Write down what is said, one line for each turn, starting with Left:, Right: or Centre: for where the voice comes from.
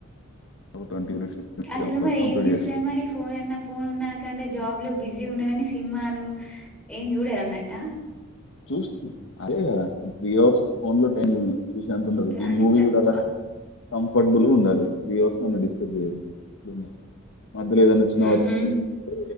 Left: ఒక ట్వంటీ మినిట్స్
Centre: అసలు
Left: కాబట్టి
Centre: మరి
Left: కంప్లీట్
Centre: ఏం చూస్తారు
Left: చేస్తాను
Centre: మరి ఫోన్ అన్న ఫోన్ ఉన్నాకంటే జాబ్లు బిజీ ఉన్నన్నేసి సినిమాలు ఏం చూడారా అన్నట్ట
Left: చూస్తున్నాం అదే కదా ఇప్పుడు త్రీ అవర్స్ ఫోన్ లో టైం చూసే ఎంత ఉండదు
Centre: కానీ
Left: నేను మూవీ
Centre: తక్కువ
Left: చూడాలంటే కంఫర్టబుల్ ఉండాలి త్రీ అవర్స్ నన్ను డిస్టర్బ్ చేయవద్దు మధ్యలో ఏదన్నా చిన్న
Centre: ఉహు
Left: వర్క్ ఉంది అంటే